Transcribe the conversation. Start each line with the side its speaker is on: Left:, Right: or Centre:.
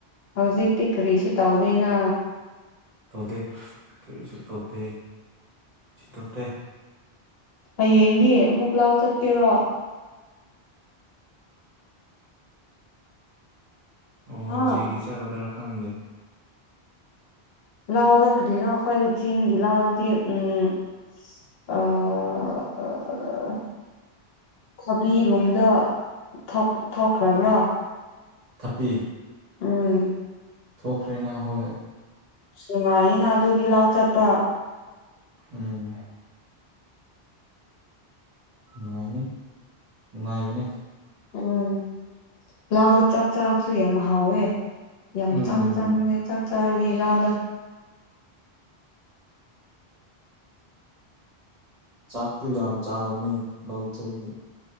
Left: ꯍꯧꯖꯤꯛꯇꯤ ꯀꯔꯤꯁꯨ ꯇꯥꯎꯗꯦꯅ
Right: ꯇꯣꯗꯦ ꯀꯔꯤꯁꯨ ꯇꯣꯗꯦ ꯁꯨ ꯇꯣꯗꯦ
Left: ꯍꯌꯦꯡꯗꯤ ꯑꯃꯨꯛ ꯂꯥꯎ ꯆꯠꯀꯦꯔꯣ
Right: ꯑꯣꯖꯤꯔꯤ
Left: ꯑꯥ
Right: ꯆꯠꯀꯗꯔ ꯈꯥꯟꯗꯦ
Left: ꯂꯥꯎꯗ ꯀꯗꯤꯔꯣ ꯑꯩꯈꯣꯏ ꯆꯤꯡꯒꯤ ꯂꯥꯎꯗꯗꯤ ꯎꯝ <unintelligible> ꯊꯕꯤꯒꯨꯝꯕꯗꯣ ꯊꯣꯛ ꯊꯣꯛꯈ꯭ꯔꯕ꯭ꯔꯣ
Right: ꯊꯞꯄꯤ
Left: ꯎꯝ
Right: ꯊꯣꯛꯈ꯭ꯔꯦꯅ ꯍꯣꯏ
Left: ꯅꯨꯡꯉꯥꯏꯅꯤꯅ ꯑꯗꯨꯗꯤ ꯂꯥꯎ ꯆꯠꯄ
Right: ꯎꯝ ꯅꯨꯡꯉꯥꯏꯅꯤ ꯅꯨꯡꯉꯥꯏꯕꯅꯦ
Left: ꯎꯝ ꯂꯥꯎꯗ ꯆꯥꯛ ꯆꯥꯕꯁꯨ ꯌꯥꯝ ꯍꯥꯎꯋꯦ ꯌꯥꯝ
Right: ꯎꯝ
Left: ꯆꯪ ꯆꯪꯕꯅꯦ ꯆꯥꯛ ꯆꯥꯔꯒꯦ ꯂꯥꯎꯗ
Right: ꯆꯥꯛꯇꯨ ꯌꯥꯝ ꯆꯥꯔꯨꯅꯨ ꯅꯧꯊꯣꯏꯕꯅꯤ